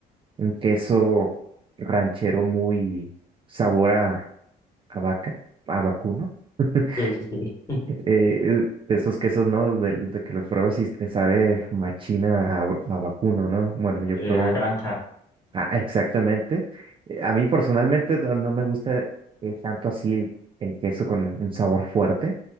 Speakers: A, on the right; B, on the left.
A: un queso ranchero muy sabor a, a vaca, a vacuno. <laughs>
B: sí, sí, sí.
A: eh, de esos quesos, ¿no? De, de que los pruebas y te sabe machina a, a vacuno, ¿no? Bueno, yo
B: Sí,
A: probé
B: a Granja,
A: ah, exactamente. Eh, A mí personalmente no, no me gusta eh, tanto así el, el queso con un sabor fuerte,